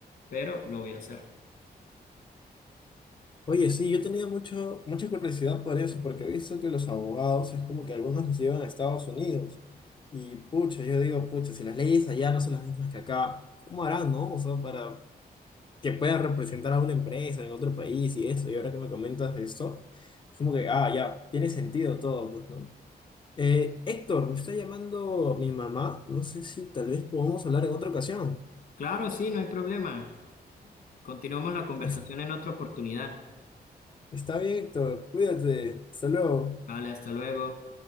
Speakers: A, on the left; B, on the left.
A: pero lo voy a hacer.
B: Oye, sí, yo tenía mucho, mucha curiosidad por eso, porque he visto que los abogados es como que algunos los llevan a Estados Unidos. Y pucha, yo digo, pucha, si las leyes allá no son las mismas que acá, ¿cómo harán, no? O sea, para que puedan representar a una empresa en otro país y eso. Y ahora que me comentas de esto, es como que, ah, ya, tiene sentido todo, pues, ¿no? Eh, Héctor, me está llamando mi mamá. No sé si tal vez podamos hablar en otra ocasión.
A: Claro, sí, no hay problema. Continuamos la conversación
B: Es-
A: en otra oportunidad.
B: está bien, Héctor. Cuídate. Hasta luego.
A: Vale, hasta luego.